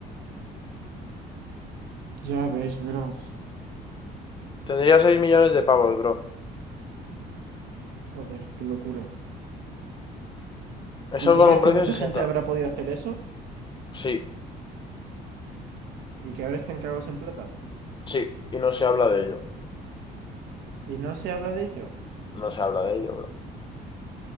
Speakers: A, on the right; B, on the left.
A: Ya ves, bro.
B: Tendría seis millones de pavos, bro.
A: Joder, qué locura.
B: Eso
A: ¿Y tú
B: con
A: crees
B: un
A: que
B: precio
A: mucha
B: de sesenta
A: gente habrá podido hacer eso?
B: Sí,
A: Y que ahora están cagados en plata.
B: sí. Y no se habla de ello.
A: Y no se habla de ello.
B: No se habla de ello, bro.